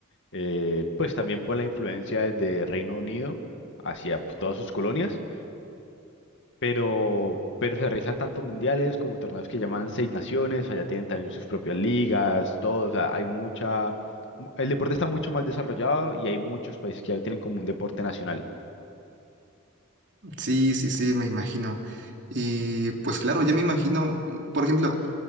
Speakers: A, on the left; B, on the right.
A: eh, pues también por la influencia desde Reino Unido hacia pues, todas sus colonias, pero, pero se realiza tanto mundiales como torneos que llaman Seis Naciones, allá tienen también sus propias ligas, todo, o sea, hay mucha... mu- El deporte está mucho más desarrollado y hay muchos países que ya lo tienen como un deporte nacional.
B: Sí, sí, sí, me imagino. Y pues claro, yo me imagino, por ejemplo,